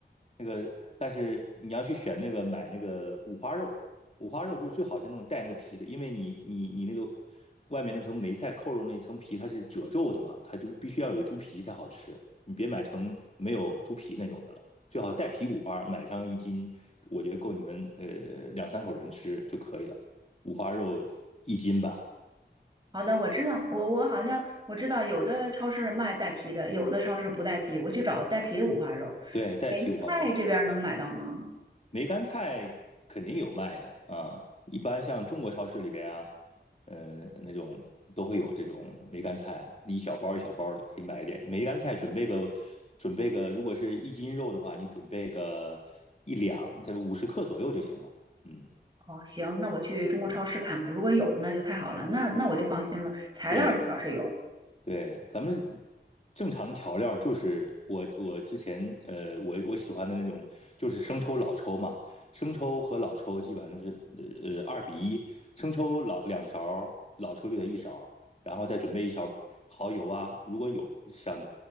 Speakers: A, on the left; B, on the right.
A: 那个，但是你要去选那个买那个五花肉，五花肉就最好是那种带那个皮的，因为你你你那个外面那层梅菜扣肉那层皮它是褶皱的嘛，它就必须要有猪皮才好吃，你别买成没有猪皮那种的了。最好带皮五花，买上一斤，我觉得够你们呃两三口人吃就可以了。五花肉一斤吧，
B: 好的，我知道，我我好像我知道有的超市卖带皮的，有的超市不带皮，我去找带皮的五花肉。
A: 对，带皮五花肉，
B: 梅菜这边儿能买到吗？
A: 梅干菜肯定有卖的啊。一般像中国超市里边啊，呃，那种都会有这种梅干菜，一小包一小包的，可以买一点。梅干菜准备个，准备个，如果是一斤肉的话，你准备个一两，这五十克左右就行了。嗯
B: 哦，行，那我去中国超市看看，
A: 嗯，
B: 如果有那就太好了，那那我就放心了。材料至少是有。
A: 对，对，咱们正常的调料儿就是我我之前呃我我喜欢的那种就是生抽老抽嘛，生抽和老抽基本上就是呃呃二比一，生抽老两勺儿，老抽就得一勺儿，然后再准备一勺蚝油啊，如果有想